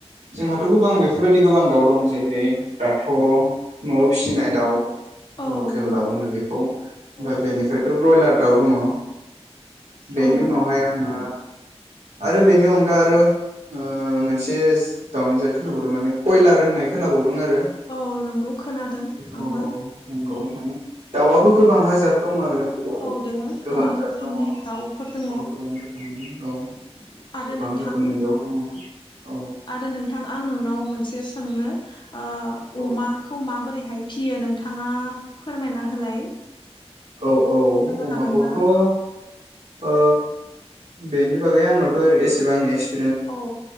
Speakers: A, on the right; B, on the left.
A: जोंहाथ' गोबां बेफोरबायदि गोबां दाउ दं जेरै दाथ' न'आव फिसिनाय दाउ
B: औ
A: लकेल
B: नंगौ
A: दाउ होनो बेखौ ओमफ्राय
B: औ
A: बेनिफ्रायथ' बयलार दाउ दङ। बेनि
B: औ
A: उनावहाय आङो आरो बेनि अनगा आरो ओ मोनसे दाउनि जाद खोनाबावदों माने कयलार होननाय खोनाबावदों आरो।
B: औ नोंगौ खोनादों
A: बेखौ
B: आंबो।
A: नंगौ दाउआबो गोबां हाजार दं आरो।
B: औ दोङो
A: गोबां जाद
B: रोखोमनि
A: दङ औ
B: दाउफोर दङ
A: गोबां रोखोमनि औ
B: आरो
A: गोबां
B: नोंथां
A: रोखोमनि दाउ दङ। औ
B: आरो नोंथां आं नोंनाव मोनसे सोंनो ओ
A: औ
B: अमाखौ माबोरैहाय फियो नोंथाङा फोरमायना होलाय
A: औ औ
B: नोंथाङा
A: अमाखौथ'
B: हागोनबा
A: ओ बेनि बागै आंनावथ' एसेबां एक्स
B: औ